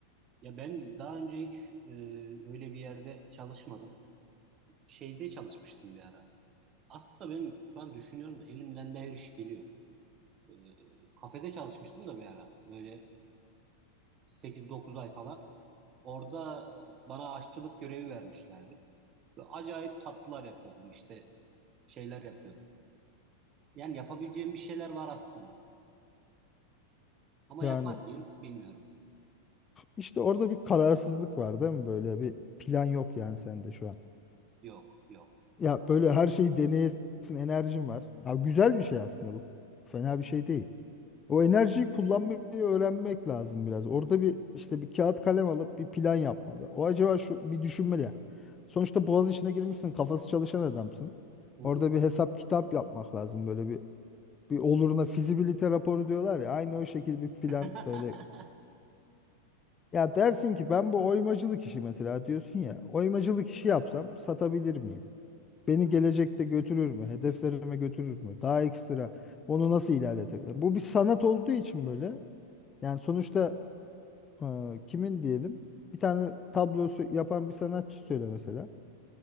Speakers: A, on the right (about 30°); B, on the left (about 20°).
A: Ya ben daha önce hiç e, öyle bir yerde çalışmadım. Şeyde çalışmıştım bir ara. Aslında benim şu an düşünüyorum da elimden de her iş geliyor. E, kafede çalışmıştım da bir ara. Böyle sekiz dokuz ay falan. Orada e, bana aşçılık görevi vermişlerdi. Ve acayip tatlılar yapıyordum işte şeyler yapıyordum. Yani yapabileceğim bir şeyler var aslında. Ama
B: Yani
A: yapar mıyım bilmiyorum.
B: işte orada bir kararsızlık var değil mi? Böyle bir plan yok yani sende şu an.
A: Yok, yok.
B: Ya böyle her şeyi deneyesin, enerjin var. Ha, güzel bir şey aslında bu. Fena bir şey değil. O enerjiyi kullanmayı öğrenmek lazım biraz. Orada bir işte bir kağıt kalem alıp bir plan yapmalı. O acaba şu bir düşünmeli yani. Sonuçta boğaz içine girmişsin, kafası çalışan adamsın.
A: Hı
B: Orada
A: hı.
B: bir hesap kitap yapmak lazım. Böyle bir bir oluruna fizibilite raporu diyorlar ya. Aynı o şekilde bir plan
A: <laughs>
B: böyle. Ya dersin ki ben bu oymacılık işi mesela diyorsun ya. Oymacılık işi yapsam satabilir miyim? Beni
A: Aynen.
B: gelecekte götürür mü? Hedeflerime götürür mü? Daha ekstra onu nasıl ilerletebilirim? Bu bir sanat olduğu için böyle. Yani sonuçta e, kimin diyelim? Bir tane tablosu yapan bir sanatçı söyle mesela.